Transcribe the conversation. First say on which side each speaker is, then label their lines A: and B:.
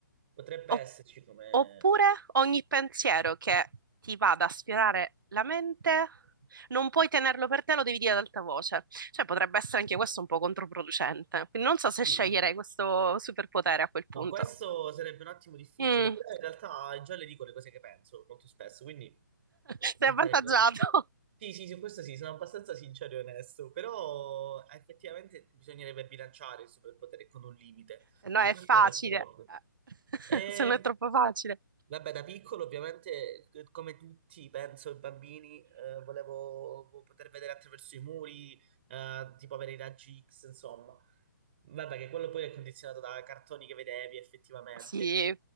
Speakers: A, on the right; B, on the right.
A: Potrebbe
B: Opp-
A: esserci come...
B: oppure ogni pensiero che ti vada a sfiorare la mente, non puoi tenerlo per te, lo devi dire ad alta voce. Cioè, potrebbe essere anche questo un po' controproducente. Quindi non so se
A: Sì.
B: sceglierei questo superpotere a quel punto.
A: No, questo sarebbe un attimo difficile,
B: Mm,
A: però in realtà già le dico le cose che penso molto spesso, quindi
B: <laughs>
A: non
B: sei avvantaggiato.
A: sarebbe... Sì, sì, su questo sì, sono abbastanza sincero e onesto, però effettivamente bisognerebbe bilanciare il superpotere con un limite.
B: Se no
A: Su
B: è
A: questo
B: facile,
A: sono d'accordo.
B: <laughs>
A: Ehm,
B: se no è troppo facile.
A: Vabbè, da piccolo ovviamente, eh, come tutti, penso, i bambini, eh, volevo poter vedere attraverso i muri, eh, tipo avere i raggi X, insomma. Vabbè, che quello poi è condizionato da cartoni che vedevi effettivamente.
B: Sì,